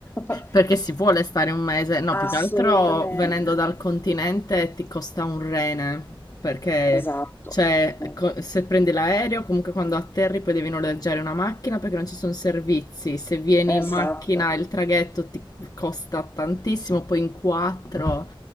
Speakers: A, on the left; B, on the left.
A: <laughs>
B: Perché si vuole stare un mese, no, più
A: Assolutamente.
B: che altro venendo dal continente ti costa un rene, perché
A: Esatto,
B: cioè,
A: eh,
B: co- se prendi l'aereo, comunque quando atterri poi devi noleggiare una macchina perché non ci sono servizi, se vieni
A: esatto,
B: in macchina il traghetto ti costa tantissimo, poi in quattro,